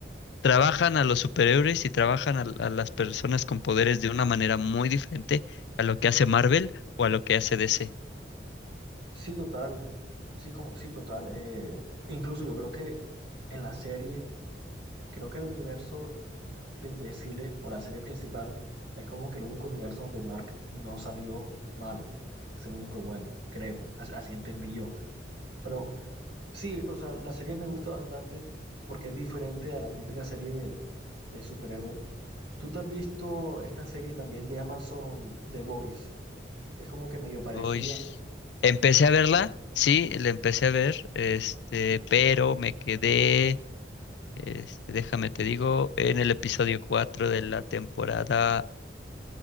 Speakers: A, on the left; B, on the right.
A: trabajan a los superhéroes y trabajan a, a las personas con poderes de una manera muy diferente a lo que hace Marvel o a lo que hace DC.
B: sí, total. Sí, como, sí, total. eh, incluso yo creo que en la serie, creo que el universo de Invencible o la serie principal es como que el único universo donde Mark no salió malo. Es el único bueno, creo. as- Así entendí yo. Pero sí, o sea, la serie me gusta bastante porque es diferente a la típica serie de, de superhéroes. ¿Tú te has visto esta serie también de Amazon, The Voice, que es como que medio parecida?
A: Uy, s- empecé a verla, sí, la empecé a ver, este, pero me quedé Este, déjame te digo, en el episodio 4 de la temporada